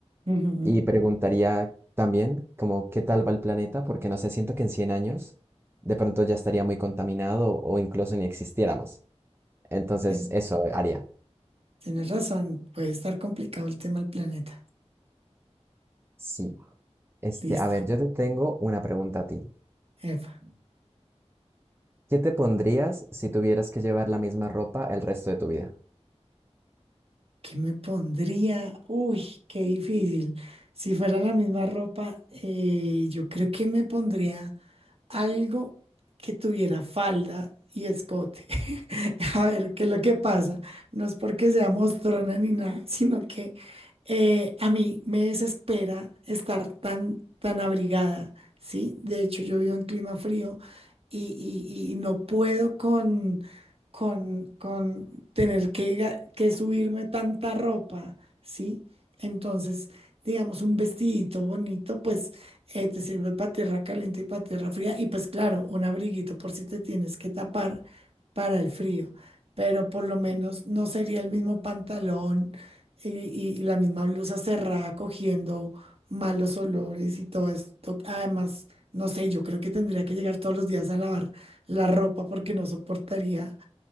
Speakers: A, on the right (about 55°); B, on the right (about 20°).
A: ujú.
B: Y preguntaría también como, ¿qué tal va el planeta? Porque no sé, siento que en 100 años de pronto ya estaría muy contaminado o incluso ni existiéramos. Entonces,
A: Tien-
B: eso haría.
A: Tienes razón, puede estar complicado el tema del planeta.
B: Sí. Este,
A: Listo.
B: a ver, yo te tengo una pregunta a ti.
A: Epa.
B: ¿Qué te pondrías si tuvieras que llevar la misma ropa el resto de tu vida?
A: ¿Qué me pondría? Uy, qué difícil. Si fuera la misma ropa, eh, yo creo que me pondría algo que tuviera falda y escote. <laughs> A ver, ¿qué es lo que pasa? No es porque sea mostrona ni nada, sino que eh, a mí me desespera estar tan, tan abrigada, ¿sí? De hecho, yo vivo en clima frío y, y y no puedo con con, con tener que, ga- que subirme tanta ropa, ¿sí? Entonces, digamos, un vestidito bonito, pues eh, te sirve para tierra caliente y para tierra fría. Y pues claro, un abriguito por si te tienes que tapar para el frío. Pero por lo menos no sería el mismo pantalón y, y- y la misma blusa cerrada cogiendo malos olores y todo esto. Además, no sé, yo creo que tendría que llegar todos los días a lavar la ropa porque no soportaría